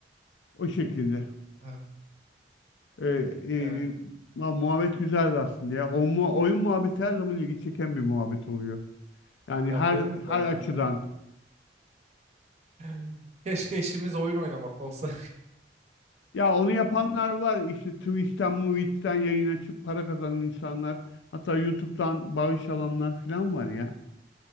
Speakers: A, on the left; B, on the right.
A: o şekilde.
B: Ha,
A: Ee,
B: yani
A: e, lan muhabbet güzeldi aslında ya. O mu oyun muhabbeti her zaman ilgi çeken bir muhabbet oluyor. Yani
B: ya
A: her
B: benim de
A: her
B: yani
A: açıdan.
B: evet. <laughs> Keşke işimiz oyun oynamak olsa.
A: Ya onu yapanlar var. İşte Twitch'ten, Movie'den yayın açıp para kazanan insanlar. Hatta YouTube'dan bağış alanlar falan var ya.